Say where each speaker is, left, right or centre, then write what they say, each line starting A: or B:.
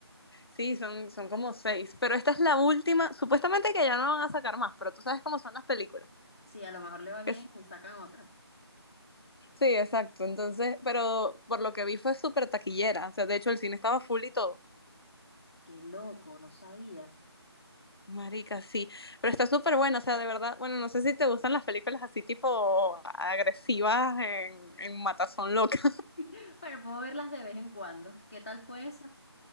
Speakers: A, on the left; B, on the left.
A: Sí, son, son como seis. Pero esta es la última. Supuestamente que ya no van a sacar más, pero tú sabes cómo son las películas.
B: Sí, a lo mejor le va bien
A: Es-
B: y sacan otra.
A: Sí, exacto. Entonces, pero por lo que vi fue súper taquillera. O sea, de hecho, el cine estaba full y todo.
B: Qué loco, no sabía.
A: Marica, sí. Pero está súper buena. O sea, de verdad, bueno, no sé si te gustan las películas así tipo agresivas en, en Matazón Loca.
B: <laughs> Bueno, puedo verlas de vez en cuando. ¿Qué tal fue esa?